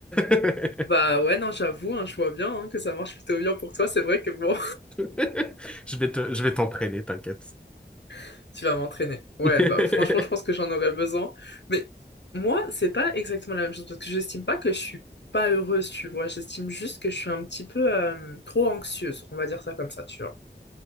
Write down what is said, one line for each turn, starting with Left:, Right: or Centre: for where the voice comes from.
Centre: <laughs>
Left: Bah ouais, non, j'avoue, hein, je vois bien hein, que ça marche plutôt bien pour toi. C'est vrai que bon,
Centre: <laughs> Je vais te- je vais t'entraîner, t'inquiète.
Left: <laughs> tu vas m'entraîner. Ouais,
Centre: <laughs>
Left: bah franchement, je pense que j'en aurais besoin. Mais moi, c'est pas exactement la même chose parce que j'estime pas que je suis pas heureuse, tu vois. J'estime juste que je suis un petit peu euh, trop anxieuse, on va dire ça comme ça, tu vois.